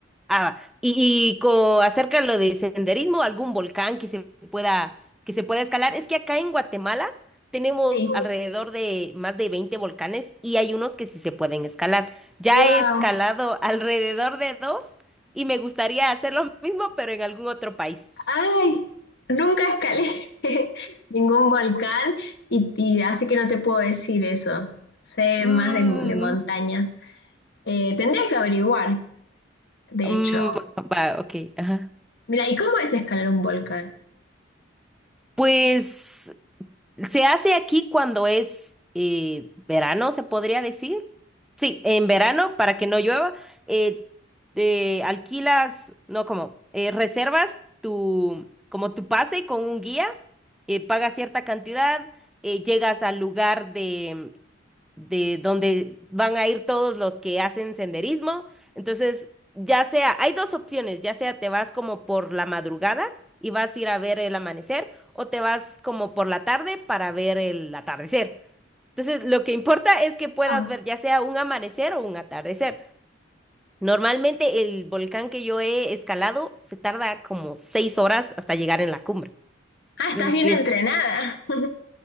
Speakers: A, in the centre; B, on the left.
A: Ah, y, y co- acerca de lo de senderismo, algún volcán que se pueda, que se pueda escalar. Es que acá en Guatemala tenemos
B: Sí.
A: alrededor de más de 20 volcanes y hay unos que sí se pueden escalar. Ya
B: Wow.
A: he escalado alrededor de dos y me gustaría hacer lo mismo, pero en algún otro país.
B: Ay, nunca escalé <laughs> ningún volcán y, y así que no te puedo decir eso. Sé
A: Mm,
B: más de, de montañas. Eh, tendría que averiguar, de
A: mm,
B: hecho.
A: va, ok, ajá.
B: Mira, ¿y cómo es escalar un volcán?
A: Pues Se hace aquí cuando es eh, verano, se podría decir. Sí, en verano, para que no llueva, eh, eh, alquilas, no, como, eh, reservas tu, como tu pase con un guía, eh, pagas cierta cantidad, eh, llegas al lugar de de donde van a ir todos los que hacen senderismo. Entonces, ya sea, hay dos opciones, ya sea te vas como por la madrugada y vas a ir a ver el amanecer o te vas como por la tarde para ver el atardecer. Entonces, lo que importa es que puedas
B: Ah,
A: ver ya sea un amanecer o un atardecer. Normalmente el volcán que yo he escalado se tarda como seis horas hasta llegar en la cumbre.
B: Ah, estás
A: Entonces,
B: bien
A: sí
B: entrenada.
A: es
B: <laughs>